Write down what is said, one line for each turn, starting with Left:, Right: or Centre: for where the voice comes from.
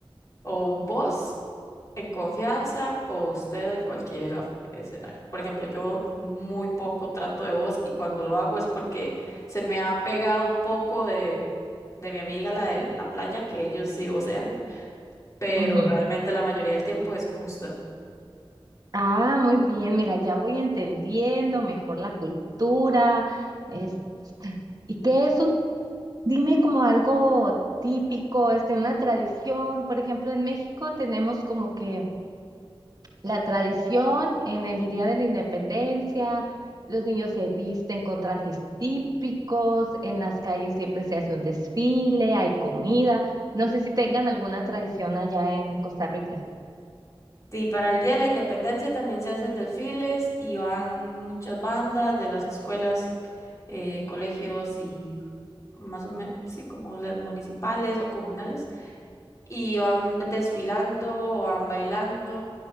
Left: O vos en confianza o usted en cualquier af- escenario. Por ejemplo, yo muy poco trato de vos y cuando lo hago es porque se me ha pegado un poco de, de mi amiga, la de la playa, que ellos sí vocean, pero
Right: Ujú.
Left: realmente la mayoría del tiempo es con usted.
Right: Ah, muy bien, mira, ya voy entendiendo mejor la cultura. Es, ¿y qué es un Dime como algo típico, este, una tradición. Por ejemplo, en México tenemos como que la tradición en el Día de la Independencia, los niños se visten con trajes típicos, en las calles siempre se hace un desfile, hay comida. No sé si tengan alguna tradición allá en Costa Rica.
Left: Sí, para el Día de la Independencia también se hacen desfiles y van muchas bandas de las escuelas, y, eh, colegios y más o menos, sí, como las municipales o comunales. y van desfilando o van bailando